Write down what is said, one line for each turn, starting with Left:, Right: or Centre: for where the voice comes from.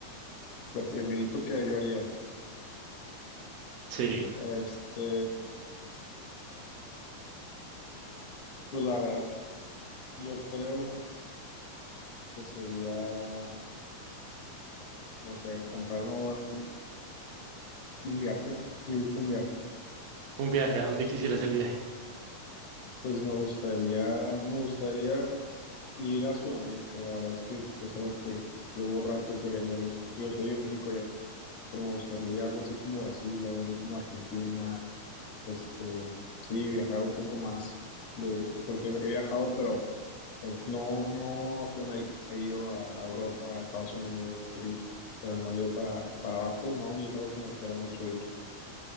Left: Lo primerito que yo haría,
Right: Sí,
Left: este, pues la verdad, yo creo que sería, no sé, comprarme un, Un viaje, yo creo que un viaje.
Right: un viaje, ¿a dónde quisieras el viaje?
Left: Pues me gustaría, me gustaría ir a Sudamérica, la verdad es que es algo que llevo rato queriendo ir. Yo soy de México yo, pero me gustaría ir a algo así como Brasil, algo así como Argentina, este, sí, viajar un poco más de, porque he viajado, pero eh, no, no a Sudamérica, he ido a, a Europa, a Estados Unidos, sí, pero no he ido para, para abajo, ¿no? Y es algo que me gustaría mucho ir.